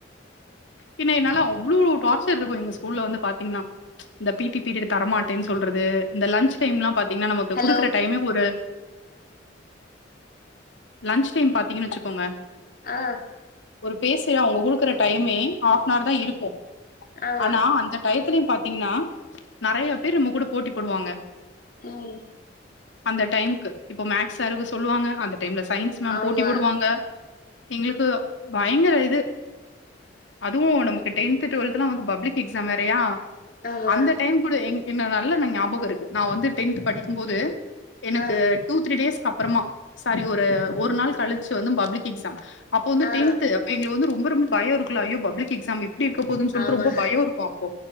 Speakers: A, on the left; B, on the left.
A: பின்னன்ன அவ்ளோ டார்ச்சர் இருக்கே எங்க ஸ்கூல வந்து பாத்திங்கனா இந்த பீடீ பீரியட் தரமாட்டேனு சொல்றது இந்த லன்ச் டைம்லா பாத் இங்க நமக்கு
B: ஹலோ
A: குடுக்குற டைமே ஒரு லஞ்ச் டைம் பாத்தீங்கன்னு வச்சுக்கோங்க
B: அ
A: ஒரு பேசிய அவங்க குடுக்குற டைமே ஹாஃப்னார் தா இருக்கு
B: ஆமா
A: ஆனா அந்த டயத்துல பாத்தீங்கன்னா நறைய பேர் நம்ம கூட போட்டி போடுவாங்க
B: ம்
A: அந்த டைம்க்கு இப்ப மேக்ஸாருக்கு சொல்லுவாங்க அந்த டைம்ல சயின்ஸ் மேம்
B: ஆமா
A: போட்டி போடுவாங்க. எங்களுக்கு பயங்கர இது அதுவு நமக்கு டென்த் டுவல்து லா பப்ளிக் எக்ஸாம் வேறையா
B: ஆமா
A: அந்த டைம் கூட எங் என்னன்னா நல்ல ந ஞாபகம் இருக்கு நா வந்து டென்த் படிக்கும்போது எனக்கு
B: ஆ
A: டூ த்ரீ டேஸ் அப்றமா சாரி ஒரு ஒரு நாள் கழிச்சு வந்து பப்ளிக் எக்ஸாம் அப்ப வந்து
B: ஆ
A: டென்த் அப் எங்களுக்கு வந்து ரொம்ப ரொம்ப பயோ இருக்குல ஐயோ பப்லிக் எக்ஸாமு எப்டி இருக்க போகுதுன்னு சொல்ட்டு
B: ஆமா
A: ரொம்ப பய இருக்கு அப்போ